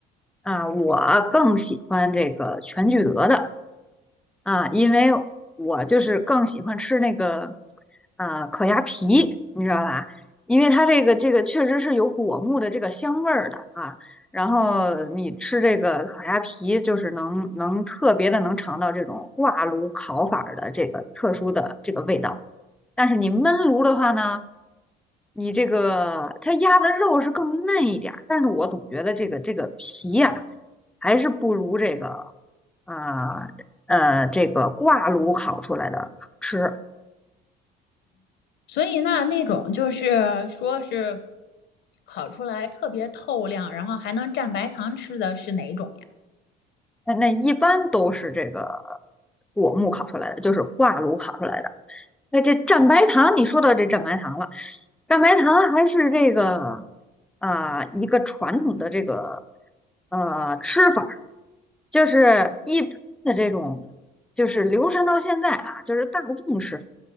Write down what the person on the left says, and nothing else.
所以那那种就是说是烤出来特别透亮，然后还能蘸白糖吃的是哪种呀？